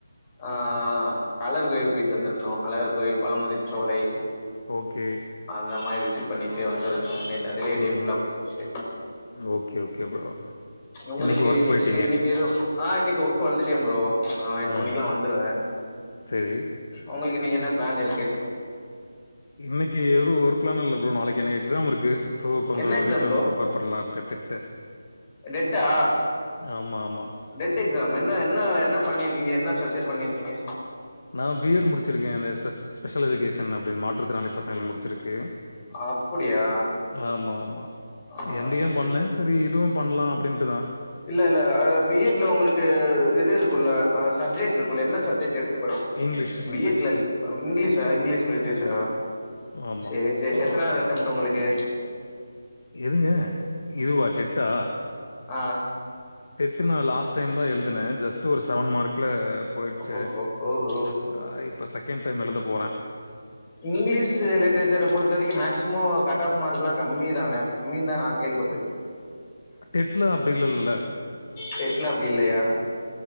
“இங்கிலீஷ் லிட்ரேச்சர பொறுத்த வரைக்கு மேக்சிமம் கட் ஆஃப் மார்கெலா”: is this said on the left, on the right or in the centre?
Left